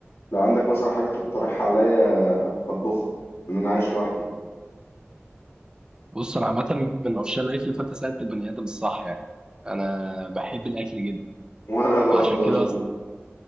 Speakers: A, on the left; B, on the right.
A: لو عندك مثلا حاجه تقترحها عليا اطبخها لان انا عايش لوحدي
B: بص أنا عامة من عشاق الأكل فأنت سألت البني آدم الصح يعني أنا بحب الأكل جدا
A: <laughs> وانا برضو
B: فعشان كده
A: انا
B: أصلا